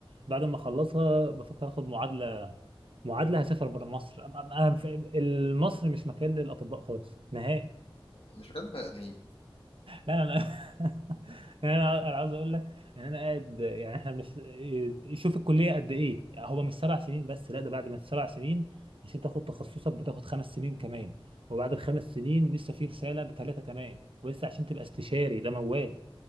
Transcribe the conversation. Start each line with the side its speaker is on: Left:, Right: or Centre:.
Right: بعد ما أخلصها بفكر آخد معادلة معادلة هسافر بره مصر أنا في- مصر مش مكان للأطباء خالص نهائي
Left: مش هكلم بني ادمين
Right: لا لا لا <laughs> يعني انا انا عاوز اقول لك ان انا قاعد يعني احنا بنش... شوف الكليه قد ايه يعني هو مش سبع سنين بس لا ده بعد ما سبع سنين عشان تاخد تخصصك بتاخد خمس سنين كمان وبعد الخمس سنين لسه في رساله بثلاثه كمان ولسه عشان تبقى استشاري ده موال